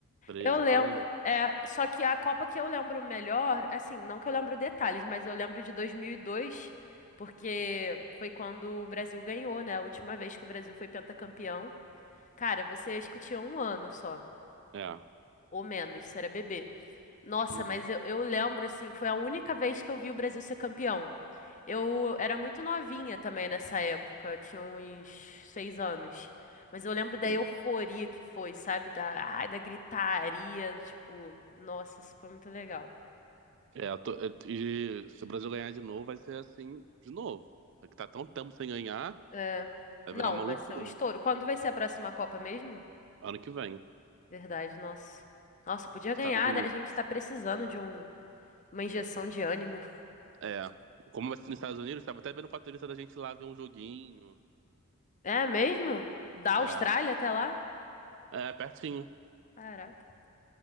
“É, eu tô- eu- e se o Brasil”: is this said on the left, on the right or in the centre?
Right